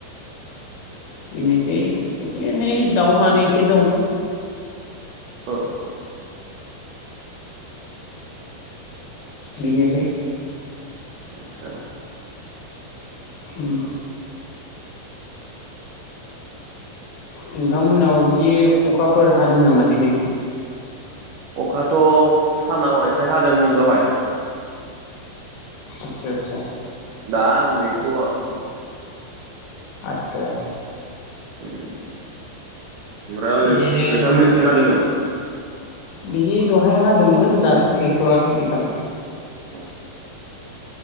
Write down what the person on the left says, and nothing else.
बेनोसै एसे एनै दाउमानैसो दं।
बिनोसै।
औ। नोंथांमोनाव बिदि अखाफोर हादों नामा दिैनै?
आतसा आतसा।
आचसा।
बिदिनो
नोंथां
बिदि दहाय हादोंमोन दाथ' गैथ'आ नोंथां।